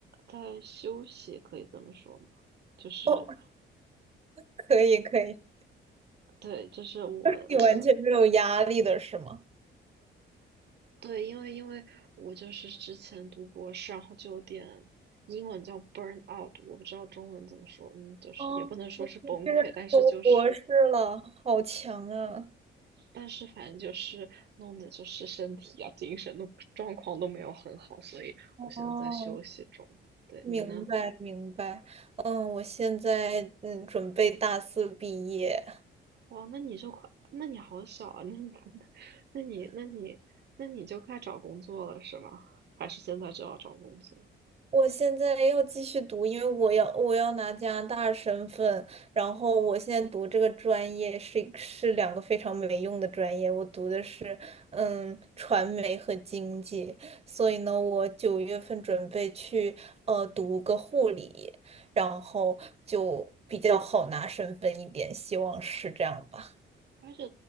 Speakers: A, on the right; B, on the right.
A: 在休息，可以这么说吗？就是
B: 哦，<laughs> 可以可以，
A: 对，就是我呃，
B: 你完全没有压力的是吗？
A: 对，因为因为我就是之前读博士，然后就有点英文叫 burn out，我不知道中文怎么说，嗯，就是也不能说是崩溃，
B: 哦，你这是读博士了，
A: 但是就是
B: 好强啊！
A: 但是反正就是弄的就是身体啊、精神都状况都没有很好，所以我现在在休息中。
B: 哦，
A: 对你呢？
B: 明白明白，嗯，我现在嗯准备大四毕业，
A: 哇，那你就快，那你好小啊！那你 <laughs>，那你，那你，那你就快找工作了是吗？还是现在就要找工作？
B: 我现在要继续读，因为我要我要拿加拿大身份，然后我现在读这个专业是是两个非常没用的专业，我读的是嗯传媒和经济，所以呢，我九月份准备去呃读个护理，然后就比较好拿身份一点，希望是这样吧。
A: 而且